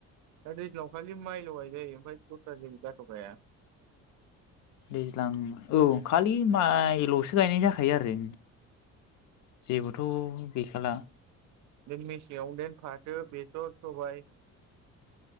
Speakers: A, on the right; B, on the left.
A: दा दैज्लांआव खालि माइल' गायजायो ओमफ्राय दस्रा जायगाया <unintelligible>
B: दैज्लां औ खालि माइल'सो गायनाय जाखायो आरो जेबोथ' गैखाला
A: बे मेसेंआव देन फाथो बेसर सबाय